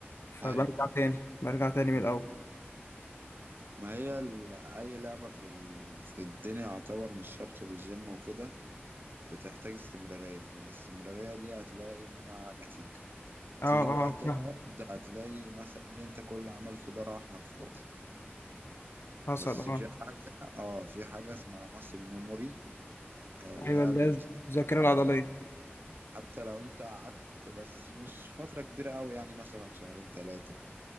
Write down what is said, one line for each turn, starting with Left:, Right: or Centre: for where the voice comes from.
Left: فبرجع
Right: ايوه
Left: تاني برجع تاني من
Right: م.
Left: الأول
Right: ما هي ال- اي لعبة في ال... في الدنيا يعتبر مش شرط الجيم وكده بتحتاج استمرارية والاستمرارية دي هتلاقي منها نتيجة
Left: اه
Right: تيجي
Left: اه
Right: بقى تقعد
Left: فاهم
Right: هتلاقي مثلا اللي انت كل اللي عملته ده راح على الفاضي
Left: حصل
Right: بس
Left: اه
Right: في حاجة اه في حاجة اسمها ماسل ميموري اللي
Left: ايوه
Right: هي
Left: اللي
Right: الذاكرة
Left: هي الذاكرة
Right: العضلية
Left: العضلية
Right: حتى لو انت قعدت بس مش فترة كبيرة أوي يعني مثلا شهرين تلاتة